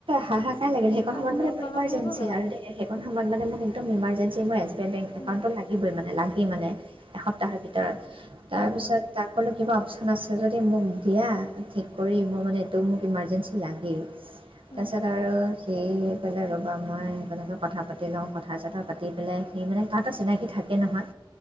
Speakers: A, on the right (about 75°); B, on the left (about 70°).
A: হাহাক নাই লাগিল সেইখন
B: চব
A: সময়ত
B: ওলট
A: মানে মোৰ
B: পালট
A: ইমাৰজেঞ্চি
B: হৈ গ'ল
A: আৰু দেই সেইখন সমত মান ম একদম ইমাৰজঞ্চি মই আজো বেংক
B: উম,
A: একাউণ্টটো লাগিবৈ মানে, লাগে মানে। এসপ্তাহৰ পিছত। তাৰ
B: উম,
A: পিছত
B: উম,
A: তাক কলো কিবা অপচন আছে যদি মোক দিয়া ঠিক কৰি মোৰ মানে এইটো মোক ইমাৰ্জেঞ্চি লাগেই।
B: উম,
A: তাৰপিছত আৰু সি কলে ৰ'বা মই কেনেকৈ কথা পাতি লও। কথা চথা পাতি পেলাই সি মানে কাহ এটা চিনাকি থাকে নহয়।